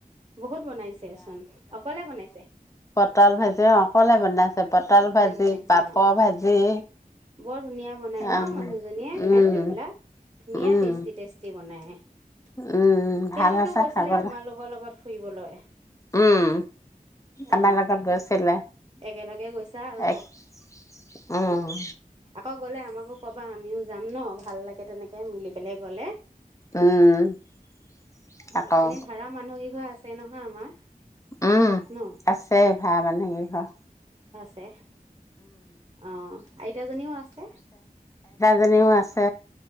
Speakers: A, on the right; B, on the left.
A: বহুত বনাইছেচোন, অকলে বনাইছে?
B: তল ভাজি অকলে বনাইছে পটল
A: অকলে
B: ভাজি,
A: বনাইছে
B: পাপ
A: অ
B: ভাজি
A: বৰ ধুনীয়া বনাই ন?
B: অ'
A: মানুহজনীয়ে
B: উম,
A: খাদ্য বিলাক। ধুনীয়া
B: উম,
A: টেষ্টি, টেষ্টি বনাই। <unintelligible>
B: উম, ভাল
A: তেওঁলোকেও
B: হৈছে
A: গৈছিলে
B: খাবলৈ
A: তোমাৰ লগৰ লগত। ফুৰিবলৈ।
B: উম, আমাৰ
A: অ
B: লগত গৈছিলে
A: একেলগে গৈছা আৰু
B: এক উম।
A: অকৈ গলে আমাকো কবা আমিও যম ন ভাল লাগে তেনেকৈ মিলি পেলাই গলে।
B: <unintelligible>
A: অ',
B: আকৌ
A: ভাৰা মানুহ কেঘৰ এছ তে নহয় আমাৰ
B: অ',
A: ন
B: আছে ভাৰা মানুহ কৈ ঘৰ।
A: তে অ', আইতাজনিও আছে।
B: জনিও আছে।